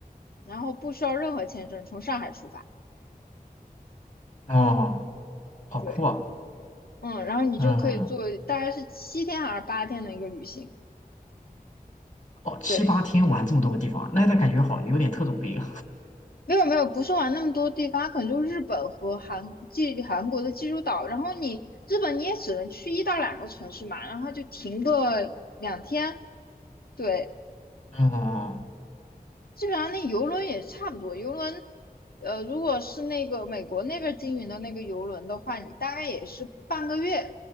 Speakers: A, on the left (about 75°); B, on the left (about 50°).
A: 然后不需要任何签证，从上海出发。
B: 哦，好酷啊！
A: 对。嗯，然后你就可以做大概是七天还是八天的一个旅行。
B: 嗯。哦，七八天玩这么多个地方啊，
A: 对，
B: 那那感觉好，有点特种兵。
A: 没有没有，不是玩那么多地方，可能就日本和韩济韩国的济州岛。然后你日本你也只能去一到两个城市嘛，然后就停个两天。对，
B: <laughs> 哦
A: 基本上那游轮也差不多。游轮，呃，如果是那个美国那边经营的那个游轮的话，你大概也是半个月，